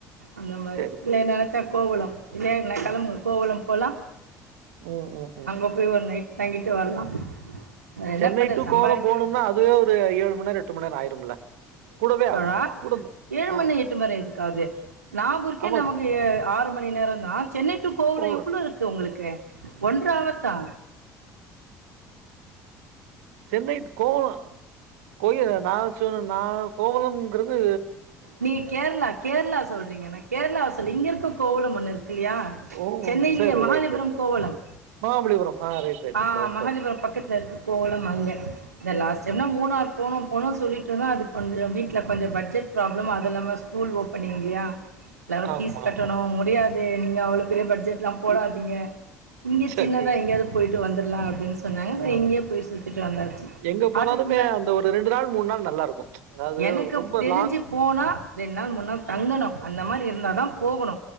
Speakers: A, on the right; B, on the right.
A: அந்த மாரி
B: சரி,
A: இல்ல
B: சரி.
A: நெனைச்சா கோவலம் இல்லயின்னா கெளம்புங்க கோவளம் போலாம்
B: ம், ம், ம்.
A: அங்க போய் ஒரு நைட் தங்கிட்டு வரலாம் வேற என்ன
B: சென்னை
A: பண்ண
B: டு
A: சம்பாதிக்க
B: கோவலம் போனும்னா அதுவே ஒரு ஏழுமண் நேரோ எட்டுமண் நேரோ ஆயிரும்ல கூடவே ஆகும்.
A: ழா
B: கூட
A: ஏழு
B: ஆ.
A: மணி எட்டு வரயு எதுக்காவது நாகூர்ககர்கே
B: ஆமா.
A: நமக்கு ஏ ஆறு மணி நேரோந் நான் சென்னை டு <unintelligible>
B: ஓ!
A: இவ்ளோ இருக்கு உங்களுக்கு ஒன்றாவத்தா
B: சென்னை கோவுலொ கோயில நான் சோ நா கோவலம் ங்கிறது
A: நீங்க கேரளா கேரளா சொல்றீங்க நா கேரளாவ சொல்ல இங்க இருக்க கோவலம் ஒன்னு இருக்கு இல்லையா
B: ஓ!
A: சென்னையிலியே
B: சரி.
A: Mahabalipuram
B: Right, right, right.
A: Kovalam
B: Mahabalipuram. ஆ ரைட், ரைட்,
A: ஆஹ்
B: ரைட். ஓகே,
A: மகாலிபுரம்
B: ஓகே.
A: பக்கத்துல
B: ம்.
A: இருக்கு கோவலம் அங்க இந்த லாஸ்ட் டைம்னா மூணார் போனு போனு சொல்லிட்டுருந்தோ அது கொஞ்சோ வீட்ல கொஞ்சோ பட்ஜெட் ப்ராப்ளம் அதில்லாம ஸ்கூல் ஓப்பனிங் இல்லயா எல்லாரு
B: ஆமா, ஆமா,
A: ஃபீஸ் கட்டணும்
B: ஆமா.
A: முடியாது தே நீங்க அவ்ளவு பெரிய பட்ஜெட் எல்லாம் போடாதீங்க இங்க
B: சரி.
A: சின்னதாங்க எங்க போயிட்டு வந்துறலாம் அப் பிரண்ட்ஸ் வந்தாங்க
B: ஆ.
A: செரி இங்கேயே போய் சுத்திட்டு வந்தாச்சு
B: எங்க போனாலுமே
A: அதுக்கு முன்னா
B: அந்த ஒரு நாள், நாள் நல்லாருக்கும். அதாவது
A: எனக்கு
B: ரொம்ப
A: தெரிஞ்சு
B: லாங்
A: போனா ரெண் நாள் மூண் நாள்
B: ஆ.
A: தங்கணு அந்த மாரி எப் இருந்ததா போகணு